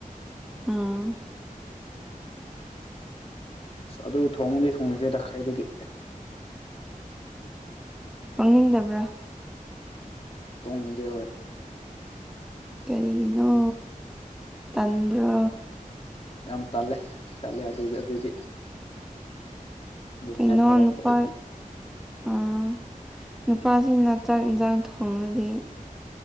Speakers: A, in the centre; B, on the left.
A: ꯑꯥ
B: ꯑꯁ ꯑꯗꯨ ꯊꯣꯡꯕꯗꯤ ꯊꯣꯡꯗꯦꯗ ꯈꯥꯏꯗꯒꯤ
A: ꯊꯣꯡꯅꯤꯡꯗꯕ꯭ꯔꯥ
B: ꯊꯣꯡꯅꯤꯡꯗꯦ ꯍꯣꯏ
A: ꯀꯔꯤꯅꯣ ꯇꯟꯕ꯭ꯔꯣ
B: ꯌꯥꯝ ꯇꯜꯂꯦ ꯇꯜꯂꯦ ꯑꯗꯨ ꯑꯗꯨꯗꯤ ꯑꯗꯨꯒꯨꯝꯕ
A: ꯀꯩꯅꯣ
B: ꯊꯕꯛ
A: ꯅꯨꯨꯄꯥ
B: ꯇꯧ
A: ꯑꯥ ꯅꯨꯄꯥꯖꯤꯡꯅ ꯆꯥꯛ ꯏꯟꯖꯥꯡ ꯊꯣꯡꯉꯗꯤ